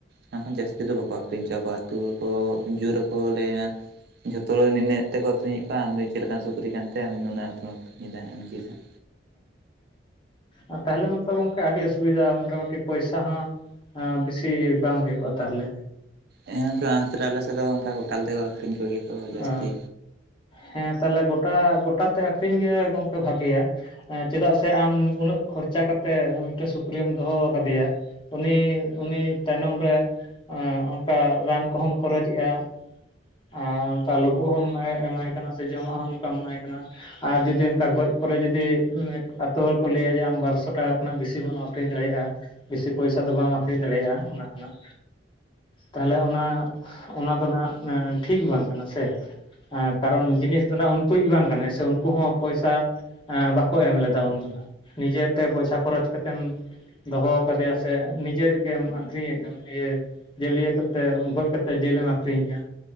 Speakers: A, on the right; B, on the left.
A: ᱚᱱᱟ ᱠᱷᱚᱱ ᱡᱟᱹᱥᱛᱤ ᱫᱚ ᱵᱟᱠᱚ ᱟᱹᱠᱷᱨᱤᱧ ᱦᱚᱪᱟ ᱠᱚᱣᱟ ᱟᱹᱛᱩ ᱠᱚ ᱡᱳᱨ ᱟᱠᱚ ᱞᱮᱭᱟ᱾ ᱡᱷᱚᱛᱚ ᱦᱚᱲ ᱤᱱᱟ. ᱜ ᱛᱮᱠᱚ ᱟᱹᱨᱤᱧᱮᱫ ᱠᱚᱣᱟ, ᱟᱢᱫᱚ ᱪᱮᱫ ᱞᱮᱠᱟᱱ ᱥᱩᱠᱨᱤ ᱠᱟᱱᱛᱮ ᱱᱩᱱᱟᱹᱜ ᱠᱷᱨᱤᱢ ᱟᱹᱠᱷᱨᱤᱧᱮᱫᱟ ᱮᱢᱱᱜ ᱦᱟᱸᱜ᱾
B: ᱚ ᱛᱟᱦᱟᱞᱮ ᱢᱟᱛᱚ ᱜᱚᱢᱠᱮ ᱟᱹᱰᱤ ᱚᱥᱩᱵᱤᱫᱷᱟ ᱢᱚᱴᱟᱢᱩᱴᱤ ᱯᱚᱭᱥᱟ ᱦᱚᱸ᱾ ᱵᱤᱥᱤ ᱵᱟᱝ ᱦᱚᱭᱳᱜ-ᱟ ᱛᱟᱦᱚᱞᱮ᱾
A: ᱦᱮᱸ, ᱛᱚ ᱚᱱᱟᱠᱷᱟᱨ ᱟᱞᱮ ᱥᱮᱫ ᱫᱚ ᱚᱱᱠᱟ ᱜᱳᱴᱟᱞ ᱛᱮᱠᱚ ᱟᱹᱠᱷᱨᱤᱧ ᱠᱚᱜᱮᱭᱟ᱾ ᱠᱚ ᱡᱟᱹᱥᱛᱤ
B: ᱚ, ᱦᱮᱸ, ᱛᱟᱦᱟᱞᱮ ᱜᱚᱴᱟ ᱜᱚᱴᱟᱛᱮ ᱟᱹᱠᱷᱨᱤᱧ ᱜᱮ ᱜᱚᱝᱠᱮ ᱵᱷᱟᱜᱮᱭᱟ᱾ ᱮ ᱪᱮᱫᱟᱜ ᱥᱮ ᱟᱢ ᱩᱱᱟᱹᱜ ᱠᱷᱚᱨᱪᱟ ᱠᱟᱛᱮᱜ ᱢᱤᱫᱴᱮᱱ ᱥᱩᱠᱨᱤᱢ ᱫᱚᱦᱚ ᱟᱠᱟᱫᱮᱭᱟ᱾ ᱩᱱᱤ ᱩᱱᱤ ᱛᱟᱭᱱᱚᱢ ᱨᱮ, ᱚᱱᱠᱟ ᱨᱟᱱ ᱠᱚᱦᱚᱸᱚᱢ ᱠᱷᱚᱨᱚᱪᱮᱜᱼᱟ᱾ ᱟᱨ ᱚᱱᱠᱟ ᱞᱳᱵᱳᱜ ᱦᱚᱸᱢ ᱮᱢᱟᱭ ᱮᱢᱟᱭ ᱠᱟᱱᱟ ᱥᱮ ᱡᱚᱢᱟᱜ ᱦᱚᱸ, ᱚᱱᱠᱟᱢ ᱮᱢᱟᱭ ᱠᱟᱱᱟ᱾ ᱟᱨ ᱡᱩᱫᱤ ᱚᱱᱠᱟ ᱜᱚᱡ ᱯᱚᱨᱮ ᱡᱩᱫᱤ ᱟᱛᱳ ᱦᱚᱲ ᱠᱚ ᱞᱮᱭᱟ ᱡᱮ, ᱟᱢ ᱵᱟᱨ ᱥᱚ ᱴᱟᱠᱟ ᱠᱷᱚᱱᱟᱜ ᱵᱤᱥᱤ ᱵᱟᱢ ᱟᱹᱠᱷᱨᱤᱧ ᱫᱟᱲᱮᱭᱟᱜᱼᱟ᱾ ᱵᱤᱥᱤ ᱯᱚᱭᱥᱟ ᱫᱚ ᱵᱟᱢ ᱟᱹᱠᱷᱨᱤᱧ ᱫᱟᱲᱮᱭᱟᱜᱼᱟ ᱚᱱᱟ ᱠᱷᱚᱱᱟᱜ᱾ ᱛᱟᱦᱟᱞᱮ ᱚᱱᱟ, ᱚᱱᱟ ᱫᱚ ᱱᱟᱜ ᱴᱷᱤᱠ ᱵᱟᱝ ᱠᱟᱱᱟ ᱥᱮ᱾ ᱦᱮᱸ, ᱠᱟᱨᱚᱱ ᱡᱤᱱᱤᱥ ᱫᱚ ᱱᱟᱜ ᱩᱱᱠᱩᱡ ᱵᱟᱝ ᱠᱟᱱᱟᱭ ᱥᱮ ᱩᱱᱠᱩ ᱦᱚᱸ ᱯᱚᱭᱥᱟ ᱮ ᱵᱟᱠᱚ ᱮᱢ ᱞᱮᱫᱟ ᱩᱱᱫᱚ ᱱᱤᱡᱮᱛᱮ ᱯᱚᱭᱥᱟ ᱠᱷᱚᱨᱚᱪ ᱠᱟᱛᱮᱢ ᱫᱚᱦᱚ ᱠᱟᱫᱮᱭᱟ ᱥᱮ ᱱᱤᱡᱮᱨᱤᱜ ᱜᱮᱢ ᱟᱠᱷᱨᱤᱧᱮ ᱠᱟᱱᱟ ᱤᱭᱟᱹ ᱡᱮᱞᱤᱭᱟᱹ ᱠᱟᱛᱮᱫ ᱜᱚᱡ ᱠᱟᱛᱮᱫ ᱡᱮᱞᱮᱢ ᱟᱹᱠᱷᱨᱤᱧᱮᱜᱼᱟ᱾